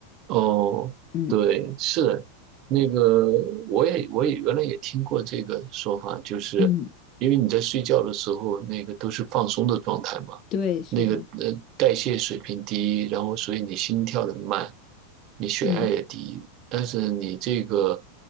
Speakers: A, on the right; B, on the left.
A: 哦，
B: 嗯
A: 对，是那个，我也我也原来也听过这个说法，就是因为你在睡觉的时候，
B: 嗯，
A: 那个都是放松的状态嘛，
B: 对，是的，
A: 那个呃代谢水平低，然后所以你心跳的慢，你血压也低，
B: 嗯，
A: 但是你这个，